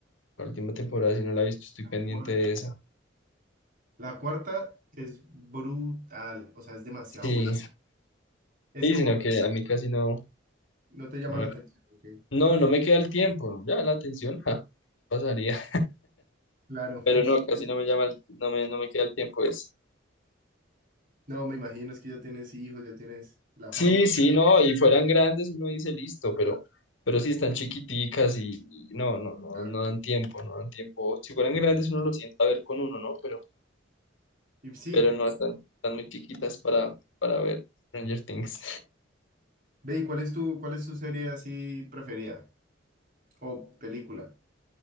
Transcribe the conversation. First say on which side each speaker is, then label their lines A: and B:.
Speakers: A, on the left; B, on the right.
A: La última temporada, si no la he visto, estoy
B: La
A: pendiente
B: cuarta.
A: de esa.
B: La cuarta es brutal, o sea, es demasiado
A: Sí,
B: buena. Es
A: sí,
B: como,
A: sino que a mí casi no,
B: no te llama
A: no me,
B: la atención, ¿ok?
A: no, no me queda el tiempo. Ya la atención, <laughs> ja, pasaría.
B: Claro.
A: Pero no, casi no me llama, el- no me, no me queda el tiempo. Es.
B: No, me imagino, es que ya tienes hijos, ya tienes la familia,
A: Sí, sí, no, y fueran grandes, uno dice listo, pero, pero sí están chiquiticas y, y no, no, no,
B: claro.
A: no dan tiempo, no dan tiempo. Si fueran grandes, uno lo sienta a ver con uno, ¿no? Pero,
B: Y sí,
A: pero no, están, están muy chiquitas para, para ver Stranger Things.
B: ve, ¿y cuál es tu, cuál es tu serie así preferida? O película.